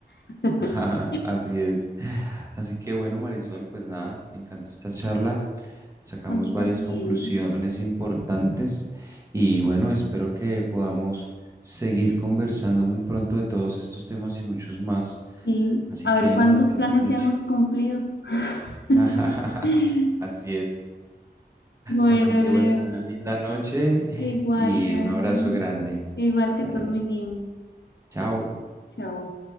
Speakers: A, on the left; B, on the right.
A: <laughs>
B: <laughs> ajá, así es. Así que bueno, Marisol, pues nada, me encantó esta charla. sacamos
A: a mí también.
B: varias conclusiones importantes y bueno, espero que podamos seguir conversando muy pronto de todos estos temas y muchos más.
A: Sí,
B: Así
A: a
B: que
A: ver cuántos
B: una feliz
A: planes
B: noche.
A: ya hemos cumplido. <laughs>
B: <laughs> Así es.
A: Bueno,
B: Así que
A: Leo,
B: bueno, una linda noche
A: igual
B: y
A: te dejo.
B: un abrazo grande.
A: Igual que
B: Dale,
A: estés muy bien.
B: chao.
A: Chao.